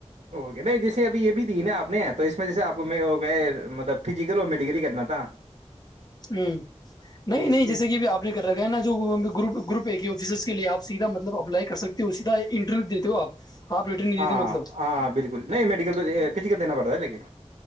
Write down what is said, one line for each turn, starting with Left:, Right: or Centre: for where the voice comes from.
Right: ہو گیا بھائی جیسے اب یہ بھی دی نا آ نے تو اس میں جیسے آپ کو ہو گئے مطلب فزیکل اور میڈیکل ہی کرنا تھا
Left: نہیں
Right: اس
Left: نہیں جیسے کہ ابھی اپ نے کر رکھا ہے نا جو وہاں پےگروپ گروپ ایک ہی آفیسرس کے لی آپ سیدھا مطلب اپلائی کر سکتے ہو سیدھا اے انٹرویو دیتے ہو آپ آپ ریٹرن نہیں
Right: ہاں
Left: دیتے مطلب
Right: ہاں بالکل نہیں میڈیکل اے فزیکل دینا پڑتا ہے لیکن